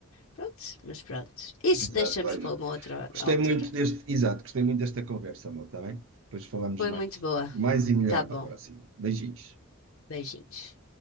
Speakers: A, on the left; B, on the right.
A: Prontos, mas prontos. Isso
B: Exato,
A: deixamos
B: olha.
A: para uma outra
B: Gostei
A: altura.
B: muito deste, exato, gostei muito desta conversa, amor, está bem? Depois falamos
A: Foi
B: mais,
A: muito boa.
B: mais e melhor
A: Tá bom.
B: para a próxima. Beijinhos.
A: Beijinhos.